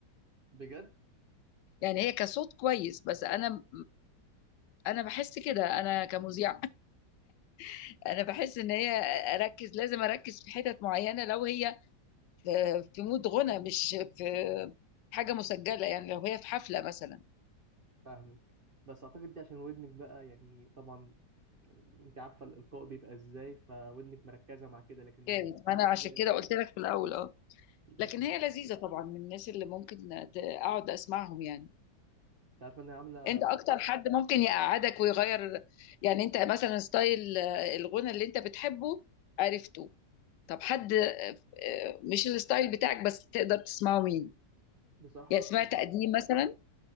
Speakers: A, on the right; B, on the left.
A: بجد
B: يعني هي كصوت كويس بس انا انا بحس كده انا كمذيعة <laughs> انا بحس ان هي اركز لازم اركز في حتت معينة لو هي في في مود غنى مش في حاجه مسجله يعني لو هي في حفله مثلا
A: فاهمك بس اعتقد دي عشان ودنك بقى يعني طبعا انت عارفه الالقاء بيبقى ازاي فودنك مركزه مع كده لكن لو
B: جايز
A: مجتمع
B: ما انا
A: طبيعي
B: عشان كده قلت لك في الاول اه
A: لكن
B: لكن
A: انت
B: هي لذيذه طبعا من الناس اللي ممكن ت- اقعد اسمعهم يعني
A: عارفه ان هي عامله
B: انت اكتر حد ممكن يقعدك ويغير يعني انت مثلا ستايل آه، الغنى اللي انت بتحبه عرفته طب حد آه، آه، مش الستايل بتاعك بس تقدر تسمعه مين
A: بصراحه
B: يعني
A: انا اقدر
B: سمعت
A: اسمع
B: قديم مثلا